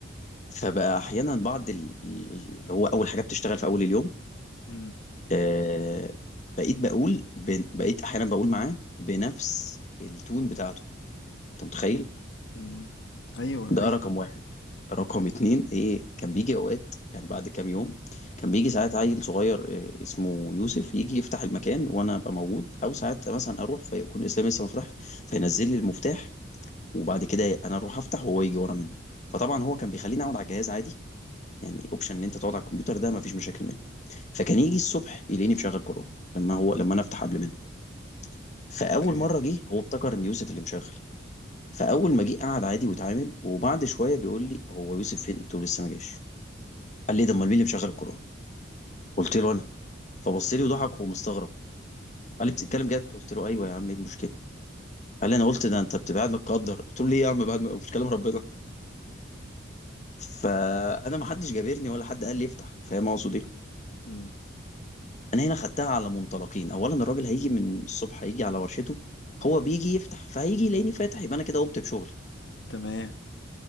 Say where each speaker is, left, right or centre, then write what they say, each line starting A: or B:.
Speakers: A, on the left; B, on the left.
A: فبقى احيانا بعض ال- ال- اللي هو اول حاجه بتشتغل في اول اليوم
B: امم
A: آه بقيت بقول بن- بقيت احيانا بقول معاه بنفس التون بتاعته انت متخيل
B: امم ايوه
A: ده
B: ايوه
A: رقم واحد رقم اتنين ايه كان بيجي اوقات يعني بعد كام يوم كان بيجي ساعات عيل صغير آه، اسمه يوسف يجي يفتح المكان وانا ابقى موجود او ساعات مثلا اروح فيكون اسلام لسه ما فتحش فينزل لي المفتاح وبعد كده انا اروح افتح وهو يجي ورا مني فطبعا هو كان بيخليني اقعد على الجهاز عادي يعني اوبشن ان انت تقعد على الكمبيوتر ده ما فيش مشاكل منه فكان يجي الصبح يلاقيني مشغل كورونا لما هو لما انا افتح قبل منه فاول
B: اوكي
A: مره جه هو افتكر ان يوسف اللي مشغل فاول ما جه قعد عادي واتعامل وبعد شويه بيقول لي هو يوسف فين قلت له لسه ما جاش قال لي ده امال مين اللي مشغل القران قلت له انا فبص لي وضحك ومستغرب قال لي بتتكلم جد قلت له ايوه يا عم ايه المشكله قال لي انا قلت ده انت بتبقى قاعد متقدر قلت له ليه يا عم بعد ما مش كلام ربنا فانا ما حدش جابرني ولا حد قال لي افتح فاهم اقصد ايه
B: امم
A: انا هنا خدتها على منطلقين اولا الراجل هيجي من الصبح هيجي على ورشته هو بيجي يفتح فهيجي يلاقيني فاتح يبقى انا كده قمت بشغلي
B: تمام